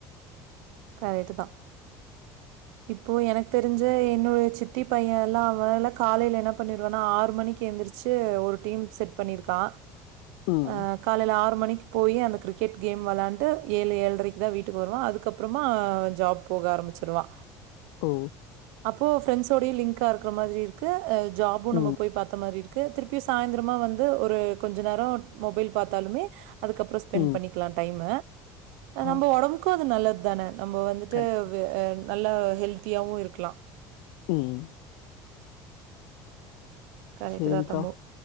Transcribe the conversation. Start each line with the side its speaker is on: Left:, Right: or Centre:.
Right: கரெக்ட்தா இப்போ எனக்கு தெரிஞ்ச என்னுடைய சித்தி பையன் எல்லா அவான்ல காலையில என்ன பண்ணிருவேன்னா ஆறு மணிக்கு எழுந்திரிச்சு சு ஒரு டீம் செட் பண்ணிருக்கா
Left: ம்.
Right: ஆ ம்ச் காலையில ஆறு மணிக்கு போய் அந்த கிரிக்கெட் கேம் விளையாண்டுட்டு ஏழு ஏழரைக்கு தான் வீட்டுக்கு வருவான் அதுக்கப்புறமா ஜாப் போக ஆரம்பிச்சிருவா
Left: ஓ
Right: அப்போ ஃப்ரெண்ட்ஸோடய லிங்க் ஆக்கற மாதிரி இருக்கு ஜாப்பூ நம்ம
Left: ம்.
Right: போய் பாத்த மாரி இருக் கு திருப்பியு சாயந்திரமா வந்து ஒரு கொஞ்ச நேரோ மொபைல் பாத்தாலுமே அதுக்கப்புறோ ஸ்பெண்டட்
Left: ம்.
Right: பண்ணிக்கலா டைம
Left: ஆ.
Right: நம்ம உடம்புக்கு அது நல்லது தானே நம்ம வந்துட்டு
Left: கண்
Right: வே ஆ நல்லா ஹெல்த்தியாவு இருக்கலா
Left: ம்
Right: கரெக்ட்
Left: சரிக்கா.
Right: தான் தம்பு